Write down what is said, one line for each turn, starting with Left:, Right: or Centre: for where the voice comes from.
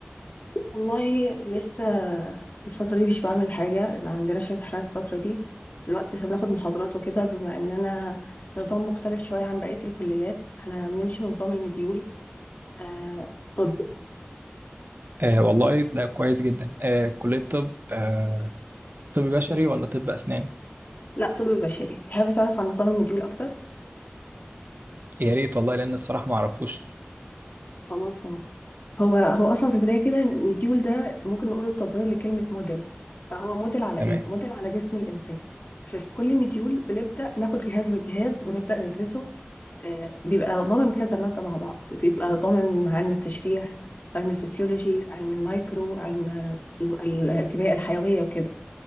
Left: والله لسه الفترة دي مش بعمل حاجة لا عندناش امتحانات الفترة دي الوقت لسه بناخد محاضرات وكده بما اننا نظام مختلف شوية عن بقية الكليات احنا بنمشي بنظام المديول آه طب
Right: آه والله ده كويس جدا آه كلية طب آه طب بشري ولا طب اسنان
Left: لا طب بشري تحب تعرف عن نظام المديول اكتر؟
Right: يا ريت والله لان الصراحة ما اعرفوش
Left: خلاص تمام هو هو اصلا في البدايه كده مديول ده ممكن نقول تصغير لكلمه موديل فهو موديل على
Right: تمام
Left: ايه موديل على جسم الانسان ففي كل مديول بنبدا ناخد جهاز بالجهاز ونبدا ندرسه آه، بيبقى ضامن كذا ماده مع بعض بيبقى ضامن علم التشريح علم الفسيولوجي علم المايكرو علم ال- ال- الكيمياء الحيويه وكده